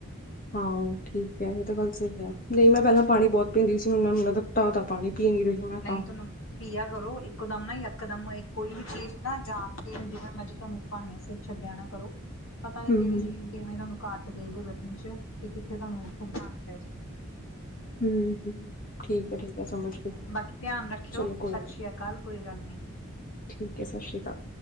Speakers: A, on the left; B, on the left.
A: ਹਾਂ ਠੀਕ ਐ। ਏ ਤਾਂ ਗੱਲ ਸਹੀ ਆ। ਨਈ ਮੈਂ ਪਹਿਲਾਂ ਪਾਣੀ ਬੋਤ ਪਿਂਦੀ ਸੀ ਹੁਣ ਮੈਂ ਮੈਨੂੰ ਲੱਗਦਾ ਤਾ ਤਾ ਪਾਣੀ। ਪੀ ਨੀ ਰਹੀ ਮੈਂ
B: ਨਹੀਂ
A: ਤਾਂ।
B: ਤੁਹਾਨੂੰ ਪੀਆ ਕਰੋ, ਇਕੋ ਦਮ ਨਾ ਯਕਦਮ ਕੋਈ ਵੀ ਚੀਜ ਨਾ ਜਾਣ ਕੇ ਜਿਵੇਂ ਮਜੀ ਤਾਨੂੰ ਬਾਨੇ ਸਿਰ ਛੱਡੇਆ ਨਾ ਕਰੋ। ਪਤਾ ਨੀ
A: ਹਮ
B: ਕੇੜੀ
A: ਹਮ
B: ਚੀ ਕਿਵੇਂ ਤਾਨੂੰ ਕਾਟ ਦੇਵੇ ਰਤਨੀ ਚ, ਤੇ ਕਿਥੇ ਤਾਨੂੰ ਉਮਘਾਣਾ ਪੈ ਜੇ।
A: ਹੂੰ। ਠੀਕ ਐ ਠੀਕ। ਹੈ ਸਮਝ ਗਈ
B: ਬਾਕੀ ਧੇਆਨ ਰੱਖੇਓ।
A: ਚਲੋ ਕੋਈ
B: ਸਤਿ
A: ਨੀ
B: ਸ੍ਰੀ ਅਕਾਲ। ਕੋਈ ਗੱਲ ਨੀ।
A: ਠੀਕ ਐ। ਸਤਿ ਸ਼੍ਰੀ ਕਾਲ।